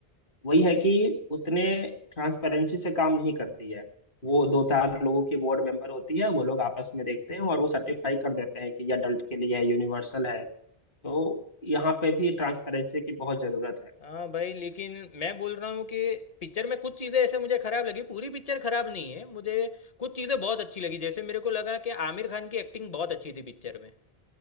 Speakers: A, on the left; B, on the left.
A: वही है कि उतने ट्रांसपेरेंसी से काम नहीं करती है वो दो चार लोगों की बोर्ड मेंबर होती है वो लोग आपस में देखते हैं और वो सर्टिफाई कर देते हैं कि ये अडल्ट के लिए है यूनिवर्सल है तो यहाँ पे भी ट्रांसपेरेंसी की बहुत जरूरत है
B: हाँ भाई लेकिन मैं बोल रहा हूँ कि पिक्चर में कुछ चीज़ें ऐसे मुझे खराब लगी पूरी पिक्चर खराब नहीं है मुझे कुछ चीज़ें बहुत अच्छी लगी जैसे मेरे को लगा कि आमिर खान की एक्टिंग बहुत अच्छी थी पिक्चर में